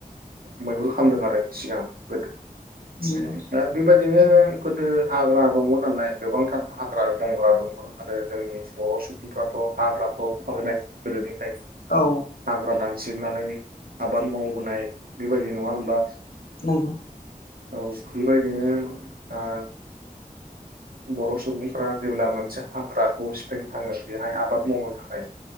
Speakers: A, on the right (about 85°); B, on the left (about 85°).
A: मैहुर खालामदों आरो सिगां आ
B: नंगौ
A: बेबा बिदिनो गोदो हाग्रा दङ नालाय गोबांथार हाग्रा बंग्रा दं आरो जोंनि बर' सुबुंफ्राथ' हाग्राफ्राव थाबोनाय गोदोनिफ्रायनो।
B: औ
A: हाग्रा दान सिननानै आबाद मावबोनाय बेबायदि नङा होमबा?
B: नंगौ
A: औ बेबायदिनो आ बर' सुबुंफ्रा जेब्ला मोनसे हाग्राखौ सिफायनो थाङो बेहाय आबाद मावनो थाखाय